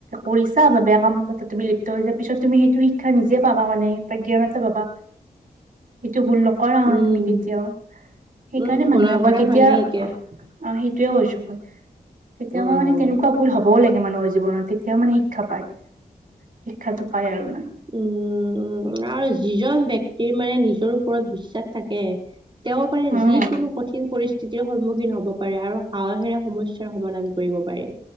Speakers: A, on the right; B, on the right.
A: কৰিছা বা কাম বিলিপ্ত হৈ য পিছত তুমি সেইটো শিক্ষা নিজে পাবা মানে ত জ্ঞান এটা পাবা। সেইটো ভুল নকৰা আৰু ন
B: উম
A: তুমি কেতিয়াও সেইকাৰণে
B: উম ভুলৰ
A: মানুহে কয়
B: পৰাই
A: কেতিয়া
B: মানুহে
A: অ'
B: শিকে।
A: সেইটোয়ে কৈছো মই কেতিয়াবা
B: উম।
A: মানে তেনেকুৱা ভুল হবও লাগে মানুহৰ জীৱনত তেতিয়াও মানে শিক্ষা শিক্ষাটো পায় আৰু মানে।
B: উম উম আৰু যিজন ব্যক্টিৰ মানে নিজৰ ওপৰত বিশ্বাস থাকে। তেওঁবাৰে
A: উম
B: যিকোনো কঠিন পৰিস্থিতিৰ সন্মুখীন হ'ব পাৰে আৰু সাহসেৰে সমস্যাৰ সমাধান কৰিব পাৰে।